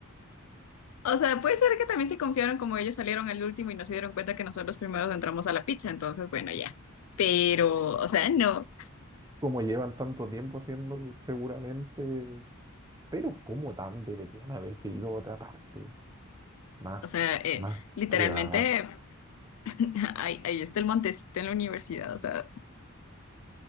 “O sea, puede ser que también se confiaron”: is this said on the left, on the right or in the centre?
Left